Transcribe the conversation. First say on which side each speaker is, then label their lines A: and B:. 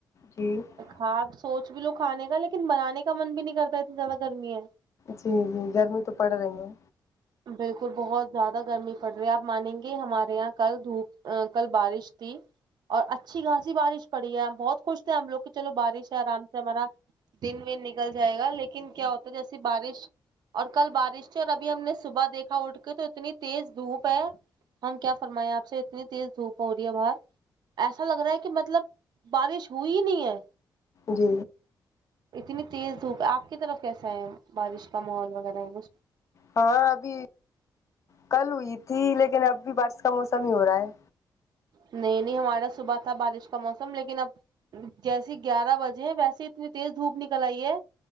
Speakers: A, on the left (about 40°); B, on the right (about 65°).
A: جی جی
B: ہاں آپ سوچ بھی لو کھانے کا لیکن بنانے کا من بھی نہیں کرتا اتنی زیادہ گرمی ہے
A: جی جی گرمی تو پڑ رہی ہے
B: بالکل بہت زیادہ گرمی پڑ رہی ہے آپ مانیں گے ہمارے یہاں کل دھوپ کل بارش تھی اور اچھی خھاسی بارش پڑی ہے ہم بہت خوش تھے ہم لوگ کہ چلو بارش ہے آرام سے ہمارا دن ون نکل جائے گا لیکن کیا ہوتا ہے جیسی بارش اور کل بارش تھی اور ابھی ہم نے صبح دیکھا اٹھ کے تو اتنی تیز دھوپ ہے ہم کیا فرمائے آپ سے اتنی تیز دھوپ ہو رہی ہے باہر ایسا لگ رہا ہے کہ مطلب بارش ہوئی ہی نہیں ہے
A: جی
B: اتنی تیز دھوپ ہے آپ کی طرف کیسا ہے بارش کا ماحول وغیرہ ہے کچھ
A: ہاں ابھی کل ہوئی تھی لیکن اب بھی بارش کا موسم ہی ہو رہا ہے
B: نہیں نہیں ہمارا صبح تھا بارش کا موسم لیکن اب جیسی گیارہ بجے ہیں ویسے اتنی تیز دھوپ نکل آئی ہے